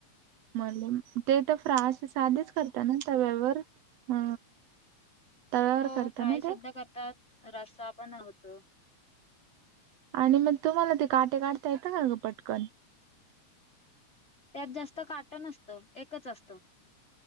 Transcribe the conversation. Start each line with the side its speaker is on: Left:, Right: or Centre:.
Right: म्ह ते तर फ्रास साधेच करतात ना तव्यावर? अ तव्यावर
Left: हो
Right: करत
Left: फ्राय
Right: ना
Left: सुद्धा
Right: ताई?
Left: करतात. रस्सा पण होत.
Right: आणि मग तुम्हाला ते काटे काढता येतं का ग पटकन.
Left: त्यात जास्त काट नसत एकच असत.